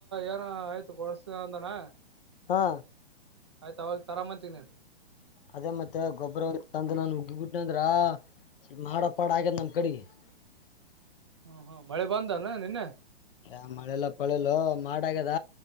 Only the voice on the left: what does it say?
ಹಾ
ಅದೇ ಮತ್ತೆ ಗೊಬ್ಬರ ತಂದ ನಾನು ಉಗ್ಗಿಬಿಟ್ಟನ ಅಂದ್ರ ಸ್ವಲ್ಪ ಮಾಡ ಪಾಡ ಆಗ್ಯತ್ ನಮ್ ಕಡೆಗೆ <inaudible>
ಯ ಮಳೆಲ್ಲ ಪಳೆಲು ಮಾಡ ಆಗ್ಯದ